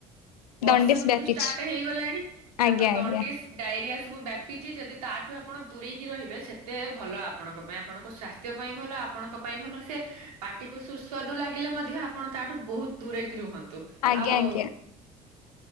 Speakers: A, on the right; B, on the left.
A: ବର୍ଷା
B: ଦଣ୍ଡିସ୍
A: ଋତୁ
B: ବ୍ୟାପିଛି
A: ଷ୍ଟାର୍ଟ ହେଇଗଲାଣି ତାପରେ
B: ଆଜ୍ଞା
A: ଦଣ୍ଡିସ୍
B: ଆଜ୍ଞା
A: ଡାଇରିଆ ସବୁ ବ୍ୟାପିଛି ଯଦି ତାଠୁ ଆପଣ ଦୂରେଇକି ରହିବେ ସେତେ ଭଲ ଆପଣଙ୍କ ପାଇଁ ଆପଣଙ୍କ ସ୍ୱା ସ୍ଥ୍ୟ ପାଇଁ ଭଲ ଆପଣଙ୍କ ପାଇଁ ଭଲ ସିଏ ପାଟିକୁ ସୁସ୍ୱାଦୁ ଲାଗିଲେ ମଧ୍ୟ ଆପଣ ତାଠୁ ବହୁତ ଦୂରେଇକି ରୁହନ୍ତୁ,
B: ଆଜ୍ଞା
A: ଆଉ
B: ଆଜ୍ଞା।